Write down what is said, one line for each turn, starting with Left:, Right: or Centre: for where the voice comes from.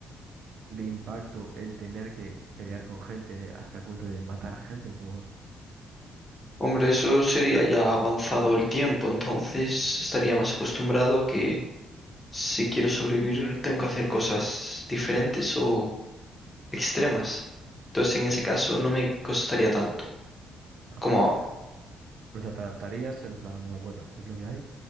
Right: de impacto el tener que pelear con gente hasta el punto de matar gente por...
Left: Hombre, eso sería ya avanzado el tiempo, entonces estaría
Right: Mm.
Left: más acostumbrado a que si quiero sobrevivir tengo que hacer cosas diferentes o extremas. Entonces en ese caso no me costaría tanto
Right: Ajá.
Left: como ahora.
Right: O sea, te adaptarías en plan, "Ah, bueno, esto es lo que hay,